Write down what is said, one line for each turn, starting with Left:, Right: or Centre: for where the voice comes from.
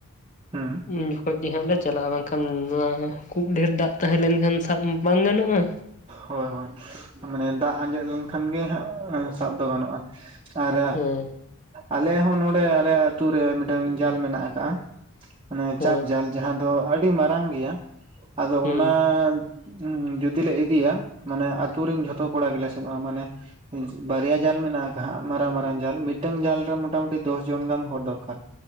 Right: ᱦᱩᱸ
Left: ᱩᱱ ᱡᱚᱠᱷᱚᱱ ᱜᱮ ᱦᱟᱸᱜ ᱞᱮ ᱪᱟᱞᱟᱜᱼᱟ ᱵᱟᱝᱠᱷᱟᱱ ᱱᱚᱣᱟ ᱠᱩᱵ ᱰᱷᱮᱨ ᱫᱟᱜ ᱛᱟᱦᱮᱸ ᱞᱮᱱᱠᱷᱟᱱ ᱥᱟᱵ ᱵᱟᱝ ᱜᱟᱱᱚᱜᱼᱟ᱾
Right: ᱦᱳᱭ ᱦᱳᱭ ᱢᱟᱱᱮ ᱫᱟᱜ ᱟᱸᱡᱮᱫ ᱞᱮᱱᱠᱷᱟᱱ ᱜᱮ ᱦᱟᱸᱜ ᱥᱟᱵ ᱫᱚ ᱜᱟᱱᱚᱜᱼᱟ᱾ ᱟᱨ
Left: ᱦᱮᱸ
Right: ᱟᱞᱮ ᱦᱚᱸ ᱱᱚᱰᱮ ᱟᱞᱮᱭᱟᱜ ᱟᱛᱳ ᱨᱮ ᱢᱤᱫᱴᱟᱝ ᱡᱟᱞ ᱢᱮᱱᱟᱜ ᱟᱠᱟᱼᱟ᱾ ᱢᱟᱱᱮ
Left: ᱦᱮᱸ
Right: ᱪᱟᱯ ᱡᱟᱞ ᱡᱟᱦᱟᱸ ᱫᱚ ᱟᱹᱰᱤ ᱢᱟᱨᱟᱝ ᱜᱮᱭᱟ ᱟᱫᱚ
Left: ᱦᱩᱸ
Right: ᱚᱱᱟ ᱠᱩᱼᱼ ᱡᱩᱫᱤ ᱞᱮ ᱤᱫᱤᱭᱟ ᱢᱟᱱᱮ ᱟ. ᱛᱩᱨ ᱨᱮᱱ ᱡᱷᱚᱛᱚ ᱠᱚᱲᱟ ᱜᱮᱞᱮ ᱥᱮᱱᱚᱜᱼᱟ ᱢᱟᱱᱮᱼᱼ ᱵᱟᱨᱭᱟ ᱡᱟᱞ ᱢᱮᱱᱟᱜ ᱟᱠᱟ ᱢᱟᱨᱟᱝ ᱢᱟᱨᱟᱝ ᱡᱟᱞ ᱢᱤᱫᱴᱟᱝ ᱡᱟᱞ ᱨᱮ ᱢᱚᱴᱟᱢᱩᱴᱤ ᱫᱚᱥ ᱡᱚᱱ ᱜᱟᱱ ᱦᱚᱲ ᱫᱚᱨᱠᱟᱨ᱾